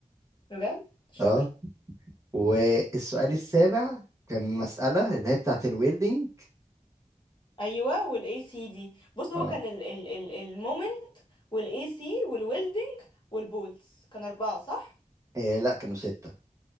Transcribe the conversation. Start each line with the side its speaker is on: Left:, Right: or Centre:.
Left: بجد مش
Right: اه
Left: فاكره
Right: والسؤال السابع كان مسألة اللي هي بتاعة الويلدينج
Left: ايوه والاي سي دي بص هو
Right: اه
Left: كان ال ال ال المومنت والاي سي والويلدنج والبولز كان اربعه صح
Right: إيه لا كانوا ستة